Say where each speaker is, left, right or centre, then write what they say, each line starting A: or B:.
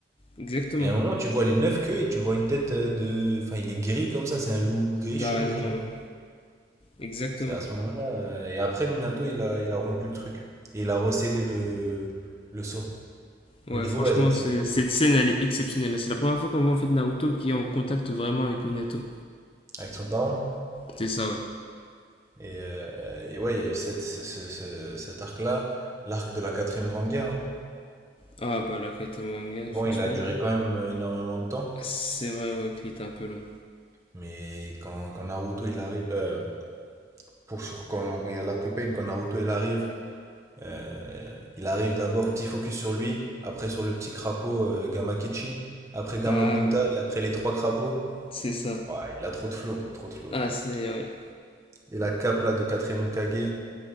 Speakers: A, on the left; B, on the right.
A: exactement.
B: Et à un moment, tu vois les 9 queues et tu vois une tête euh, de. Enfin, il est gris comme ça, c'est un loup gris
A: T'as
B: chelou,
A: raison,
B: tu vois.
A: ouais. Exactement.
B: C'est à ce moment-là. euh, Et après, Minato, il a, il a rompu le truc. Et il a rescellé le, le sceau.
A: Ouais,
B: Mais du
A: franchement,
B: coup, ouais, il y a cette,
A: c'est- cette scène elle est exceptionnelle. C'est la première fois qu'on voit en fait Naruto qui est en contact vraiment avec Minato.
B: avec son down.
A: C'est ça, ouais.
B: Et, euh, et ouais, il y a eu cette, ce- ce- ce- cet arc-là, l'arc de la quatrième grande guerre. hein.
A: Ah bah la quête Mwanga, franchement,
B: Bon, il a duré quand même euh, énormément de temps,
A: c'est vrai ouais qu'il était un peu long.
B: mais quand, quand Naruto il arrive, euh, pour sur, quand, quand il y a l'arc Pain, quand Naruto il arrive, euh, il arrive d'abord petit focus sur lui, après sur le petit crapaud euh, Gamakichi, après Gamabunta
A: Ah ouais,
B: et après les trois crapauds.
A: c'est ça.
B: Ouais, il a trop de flow, trop de flow.
A: Ah c'est ouais.
B: Et la cape là de quatrième Hokage,